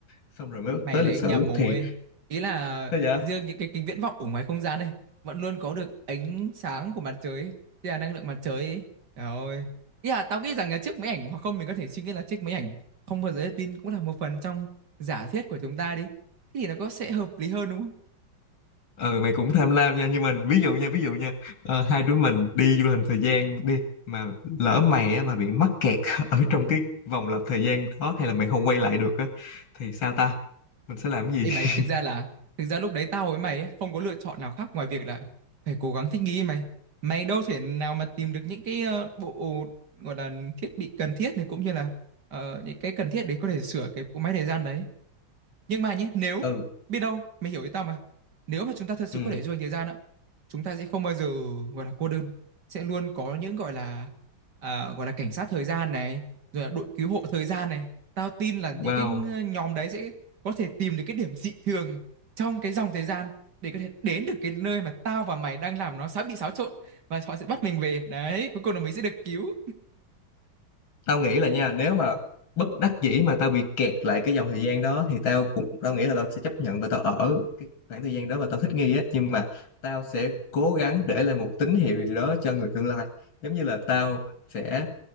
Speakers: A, on the left; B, on the right.
A: xong rồi mới
B: Mày
A: tới
B: lại
A: lịch sử
B: nhầm rồi.
A: thì
B: Ý là
A: sao vậy
B: riêng những cái kính viễn vọng ở ngoài không gian đây vẫn luôn có được ánh sáng của mặt trời ấy, tức là năng lượng mặt trời ấy. Trời ơi. Ý là tao nghĩ rằng là chiếc máy ảnh hoặc không mình có thể suy nghĩ là chiếc máy ảnh không bao giờ hết pin cũng là một phần trong giả thiết của chúng ta đi. Thế thì nó có sẽ hợp lý hơn đúng không?
A: ừ mày cũng tham lam nha nhưng mà ví dụ nha ví dụ nha ờ, hai đứa mình đi du lịch thời gian đi mà lỡ mày á mà bị mắc kẹt <laughs> ở trong cái vòng lặp thời gian đó hay là mày không quay lại được á thì sao ta mình sẽ làm cái gì
B: Ê mày,
A: <laughs>
B: thực ra là thực ra lúc đấy tao với mày ấy, không có lựa chọn nào khác ngoài việc là phải cố gắng thích nghi mày. Mày đâu thể nào mà tìm được những cái ờ, bộ gọi là thiết bị cần thiết này cũng như là ờ, những cái cần thiết để có thể sửa cái cỗ máy thời gian đấy. Nhưng mà nhé, nếu
A: ừ
B: biết đâu, mày hiểu ý tao mà. Nếu mà chúng ta thật sự
A: ừ
B: có thể du hành thời gian á, chúng ta sẽ không bao giờ gọi là cô đơn, sẽ luôn có những gọi là à, gọi là cảnh sát thời gian này, rồi là đội cứu hộ thời gian này. Tao tin là
A: wow
B: những cái nhóm đấy sẽ có thể tìm được cái điểm dị thường trong cái dòng thời gian để có thể đến được cái nơi mà tao và mày đang làm nó sắp bị xáo trộn và họ sẽ bắt mình về. Đấy, cuối cùng là mình sẽ được cứu.
A: tao nghĩ là nha nếu mà bất đắc dĩ mà tao bị kẹt lại cái dòng thời gian đó thì tao cũng tao nghĩ là tao sẽ chấp nhận và tao ở cái khoảng thời gian đó mà tao thích nghi á nhưng mà tao sẽ cố gắng để lại một tín hiệu gì đó cho người tương lai giống như là tao sẽ